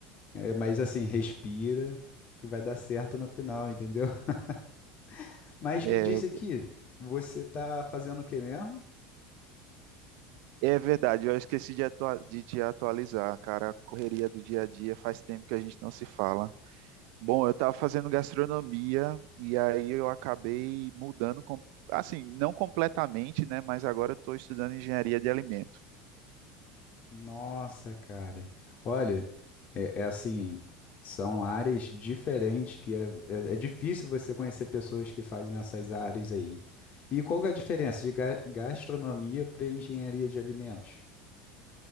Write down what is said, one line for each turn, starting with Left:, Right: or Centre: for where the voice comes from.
Left: É, mas assim, respira, que vai dar certo no final, entendeu? <laughs> Mas
Right: É,
Left: me diz aqui, você tá fazendo o que mesmo?
Right: é verdade, eu esqueci de, atua- de te atualizar, cara. A correria do dia a dia faz tempo que a gente não se fala. Bom, eu estava fazendo gastronomia e aí eu acabei mudando, com- assim, não completamente, né? Mas agora eu estou estudando engenharia de alimento.
Left: Nossa, cara. Olha, é, é assim, são áreas diferentes que é, é, é difícil você conhecer pessoas que fazem essas áreas aí. E qual que é a diferença de ga- gastronomia para engenharia de alimentos?